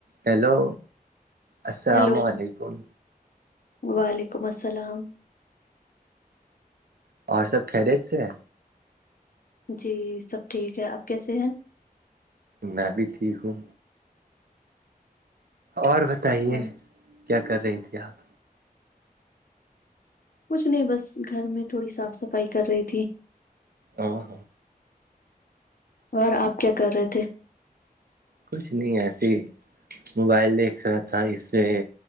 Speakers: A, on the right (about 80°); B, on the left (about 65°).
A: hello السلام
B: hello
A: علیکم
B: وعلیکم السلام
A: اور سب خیریت سے ہیں
B: جی سب ٹھیک ہے آپ کیسے ہیں
A: میں بھی ٹھیک ہوں اور بتائیے
B: اور
A: کیا کر رہی تھی آپ
B: کچھ نہیں بس گھر میں تھوڑی صاف صفائی کر رہی تھی
A: اور
B: اور آپ کیا کر رہے تھے
A: کچھ نہیں ایسے ہی موبائل دیکھ رہا تھا اس سے